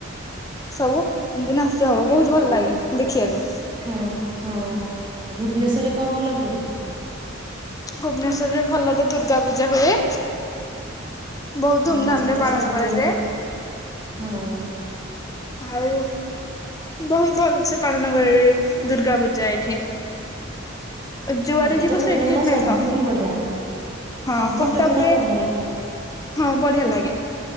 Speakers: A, on the left (about 15°); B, on the right (about 25°).
A: ସବୁ ଏମତି ନାଚ ହବ ବହୁତ ଭଲ
B: ଆଉ
A: ଲାଗେ ଦେଖିବାକୁ।
B: ହଁ ହଁ ଆଉ ଭୁବନେଶ୍ୱରରେ କଣ ଭଲ ହୁଏ।
A: ଭୁବନେଶ୍ର ରେ ଭଲ ତ ଦୁର୍ଗା ପୂଜା ହୁଏ। ବହୁତ
B: ହଁ
A: ଧୁମ ଧାମ
B: ସେଠି
A: ରେ
B: ତ
A: ପାଳନ
B: ସବୁ
A: କରାଯାଏ।
B: ହଁ ଉ।
A: ଆଉ ବହୁତ୍ ଭଲ୍ସେ ପାଳନ ହୁଏ ଦୁର୍ଗା ପୂଜା ଏଠି। ଯୁଆଡେ
B: ସବୁ
A: ଯିବ
B: ତ ମେଢ
A: ସେଇଠି
B: ଗୁଡା
A: ମେଢ
B: ସବୁଠି ବଢିଆ।
A: ହଁ
B: ସବୁ
A: କଟକରେ
B: ମେଢ ଟା ବଢିଆ ଲାଗେ।
A: ହଁ ବଢିଆ ଲାଗେ